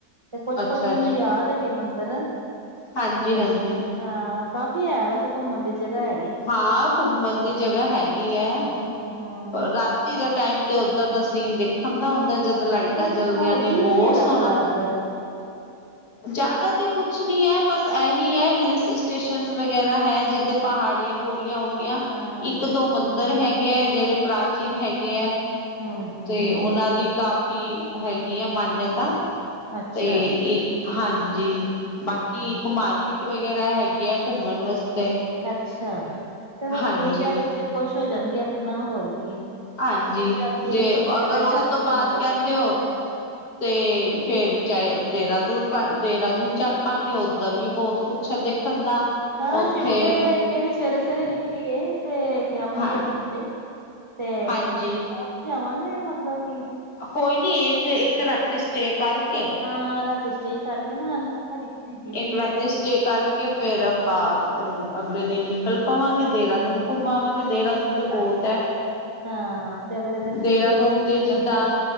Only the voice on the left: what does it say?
ਅੱਛਾ
ਹਾਂਜੀ-ਹਾਂਜੀ।
ਹਾਂ ਘੁੰਮਣ ਦੀ ਜਗ੍ਹਾ ਹੈਗੀ ਹੈ,
ਰਾਤੀ ਦਾ ਟਾਈਮ ਤੇ ਉੱਧਰ ਦਾ ਸੀਨ ਦੇਖਣ ਦਾ ਹੁੰਦਾ, ਜਦੋਂ ਲਾਈਟਾਂ
ਚਲਦੀਆਂ
ਨੇ
ਬਹੁਤ
ਸੋਹਣਾ
ਜ਼ਿਆਦਾ ਤੇ ਕੁਛ ਨੀ ਹੈ, ਬਸ ਇਹੀ ਹੈ ਹਿਲਸ ਸਟੇਸ਼ਨ ਵਗੈਰਾ ਹੈ, ਜਿੱਦ ਪਹਾੜੀਆਂ ਪ ਪੂੜੀਆਂ ਹੋ ਗਈਆਂ,
ਇੱਕ ਦੋ ਮੰਦਿਰ ਹੈਗੇ ਹੈ, ਜਿਹੜੇ ਪ੍ਰਾਚੀਨ ਹੈਗੇ ਹੈ।
ਤੇ' ਉਹਨਾਂ ਦੀ ਕਾਫ਼ੀ ਹੈਗੀ ਆ ਮਾਨਯਤਾ।
ਤੇ' ਇਹ ਹਾਂਜੀ,
ਬਾਕੀ
ਕੁ ਮਾਰਕ ਕਿਟ ਵਗੈਰਾ ਹੈਗੇ ਆ, ਘੁੰਮਣ ਵਾਸਤੇ।
ਹਾਂਜੀ
ਹਾਂਜੀ,
ਜੇ
ਅਗਰ
ਉਸ
ਤੋਂ ਬਾਅਦ
ਕਹਿੰਦੇ ਹੋ ਤੇ ਫੇਰ ਚਾਹੇ ਦੇਹਰਾਦੂਨ ਪ ਦੇਹਰਾਦੂਨ ਚੱਲ ਪਾਂਗੇ ਉੱਧਰ ਵੀ ਬਹੁਤ ਕੁ ਅੱਛਾ, ਦੇਖਣ ਦਾ
ਉੱਥੇ
ਹਾਂ
ਹਾਂਜੀ
ਕੋਈ ਨੀ ਇੱਕ, ਇੱਕ ਰਾਤੀ ਸਟੇ ਕਰਕੇ
ਇੱਕ ਰਾਤੀ
ਸਟੇ ਕਰਕੇ, ਫੇਰ ਆਪਾਂ ਅਗਲੇ ਦਿਨ ਨਿਕਲ ਪਵਾਂਗੇ। ਦੇਹਰਾਦੂਨ ਘੁੰਮਾਵਾਂਗੇ, ਦੇਹਰਾਦੂਨ ਤੇ
ਬਹੁਤ ਹੈ।
ਦੇਰਰਾਦੂਨ
ਤੇ
ਜਿੱਦਾਂ